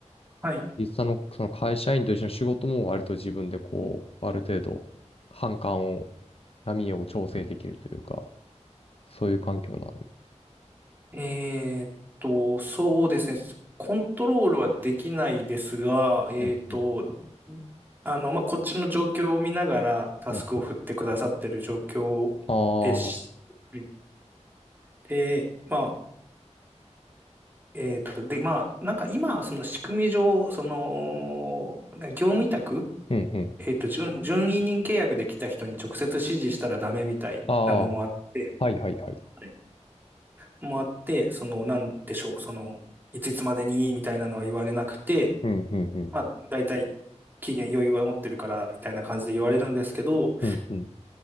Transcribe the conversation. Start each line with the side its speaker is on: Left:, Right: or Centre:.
Right: はい。
Left: 実際のその会社員と一緒の仕事も割と自分でこう、ある程度、反感を、波を調整できるというか、そういう環境なんで。
Right: えーっと、そうですね。コントロールはできないですが、えーっと、
Left: うん、うん、
Right: あの、まあ、こっちの状況を見ながらタスクを振ってくださってる状況でし、
Left: うん。ああ、
Right: はいで、まあ、えーっと、で、まあ、なんか今、その仕組み上、その、業務委託、
Left: うん、うん。
Right: えーっと、準、準委任契約で来た人に直接指示したらダメみたいなのもあって、
Left: ああ、はいはいはい。
Right: はいもあって、その、なんでしょう、その、いついつまでにみたいなのは言われなくて、
Left: うん、うん、うん。
Right: まあ、大体期限余裕は持ってるからみたいな感じで言われるんですけど、
Left: うん、うん。